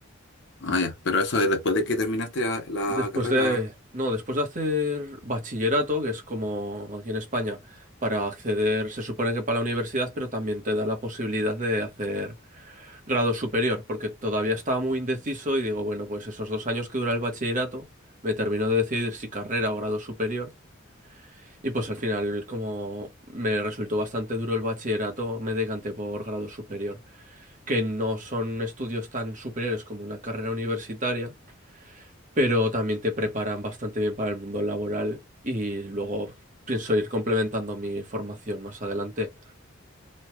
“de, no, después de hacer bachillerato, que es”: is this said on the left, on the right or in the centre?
Right